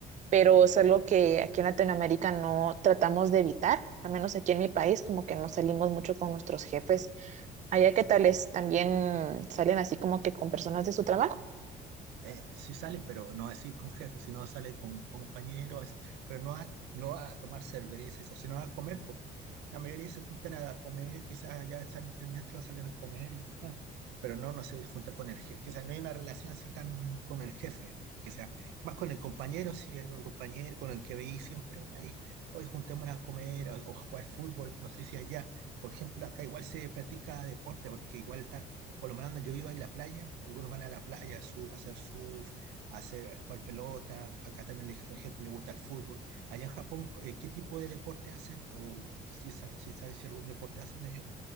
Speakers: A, on the right; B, on the right.
A: pero es algo que aquí en Latinoamérica no tratamos de evitar, al menos aquí en mi país, como que no salimos mucho con nuestros jefes. Allá, ¿qué tal es? ¿También salen así como que con personas de su trabajo?
B: eh, sí salen, pero no así con jefes, sino sale con, con compañeros, así, pero no a, no a tomar cerveza, eso, sino a comer. po. La mayoría se juntan a comer, quizás ya salen terminando, salen a comer y nada más, pero no, no se junta con el jefe, o sea, no hay una relación así tan con el jefe, que sea más con el compañero, sí, con el compañero, con el que veí siempre ahí, hoy juntémonos a comer a- o jugar fútbol, no sé si allá, por ejemplo, acá igual se practica deporte, porque igual está por lo menos yo vivo en la playa, algunos van a la playa a, su- a hacer surf, a, hacer, a jugar pelota, acá también le- a la gente le gusta el fútbol. Allá en Japón, eh, ¿qué tipo de deporte hacen? ¿O si, sa- si sabes si algún deporte hacen ellos?